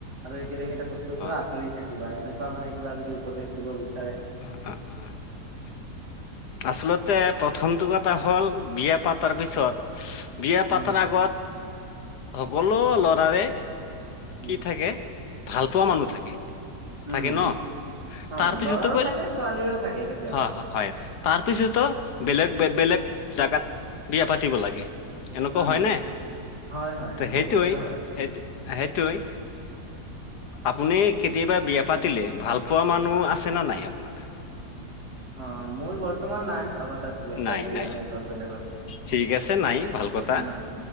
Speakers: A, on the right (about 85°); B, on the left (about 80°).
A: আৰু এই কেইটা - কেইটা বস্তুৰ পৰা
B: অ অ
A: আঁতৰি থাকিবা এনেকুৱা মানে কিবা যদি উপদেশ দিব বিচাৰে।
B: উ উ। আচলতে প্ৰথমটো কথা হ'ল বিয়া পাতাৰ পিছত। বিয়া
A: উম
B: পতাৰ আগত সকলো ল'ৰাৰে।
A: উম
B: কি থাকে ভালপোৱা মানুহ থাকে।
A: উম
B: থাকে ন,
A: অ
B: তাৰপিছতে
A: ল'ৰাৰো
B: গৈ
A: থাকে ছোৱালীৰো থাকে কেতিয়াবা
B: হয় হয় হয়। তাৰপিছতো বেলেগ- বেলেগ জেগাত বিয়া পাতিব লাগে। এনেকুৱা
A: উম
B: হয় ন,
A: হয়, হয়,
B: ত 'সেইটোৱে
A: বহুতৰে হয়।
B: সেইটো সেই। সেইটোৱে। আপুনি কেতিয়াবা বিয়া পাতিলে ভাল পোৱা মানুহ আছে নে নাই আপোনাৰ?
A: অ' মোৰ বৰ্তমান নাই, আগত আছিলে তাইৰ
B: নাই,
A: বিয়া
B: নাই
A: হৈ গ'ল বেলেগত।
B: ঠিক আছে নাই ভাল কথা
A: নাই,